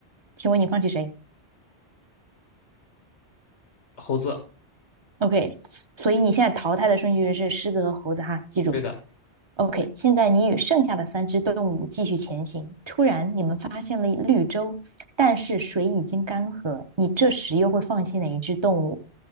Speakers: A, on the right; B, on the left.
A: 请问你放弃谁？
B: 猴子，
A: OK，所以你现在淘汰的顺序是狮子和猴子哈，记住。
B: 对的。
A: OK，现在你与剩下的三只动物继续前行。突然，你们发现了绿洲，但是水已经干涸。你这时又会放弃哪一只动物？